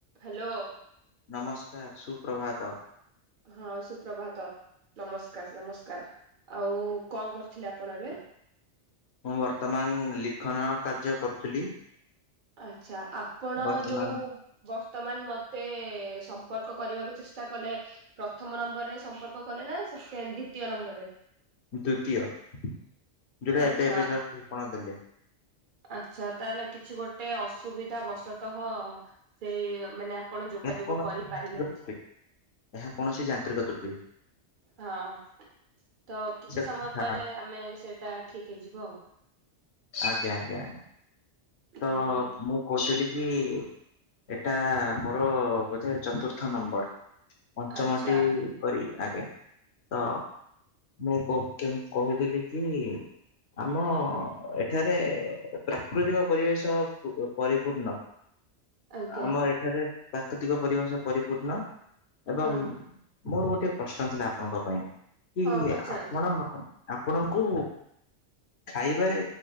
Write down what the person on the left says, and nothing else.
ନମସ୍କାର ସୁପ୍ରଭାତ।
ମୁଁ ବର୍ତ୍ତମାନ ଲିଖନ କାର୍ଯ୍ୟ କରୁଥିଲି।
ବର୍ତ୍ତମାନ
ଦ୍ଵିତୀୟ ଯୋଉଟା
ଏବେ ଏବେ ଯ ଠିକଣା ଦେଲେ।
ଏହା କୌଣସି
ଯାନ୍ତ୍ରିକ
ତ୍ରୁଟି ଏହା କୌଣସି ଯାନ୍ତ୍ରିକ ତ୍ରୁଟି।
ସେ
କଥା ଛାଡ଼ନ୍ତୁ।
ଆଜ୍ଞା ଆଜ୍ଞା ଆଜ୍ଞା ତ
ମୁଁ କହୁ ସିଲିକି ଏଇଟା ମୋର ବୋଧେ ଚତୁର୍ଥ ନମ୍ବର। ପଞ୍ଚମଟି
କରି ଆଜ୍ଞା। ତ ମୁଁ କହୁଥିଲି କି ଆମ ଏଠାରେ ପ୍ରାକୃତିକ ପରିବେଶ ପୁ ପରିପୂର୍ଣ୍ଣ
ଆମର ଏଠାରେ ପ୍ରାକୃତିକ ପରିବେଶ ପରିପୂର୍ଣ୍ଣ ଏବଂ
ମୋର ଗୋଟେ ପ୍ରଶ୍ନ ଥିଲା ଆପଣଙ୍କ ପାଇଁ କି
ଆପଣ ଆପଣଙ୍କୁ ଖାଇବାରେ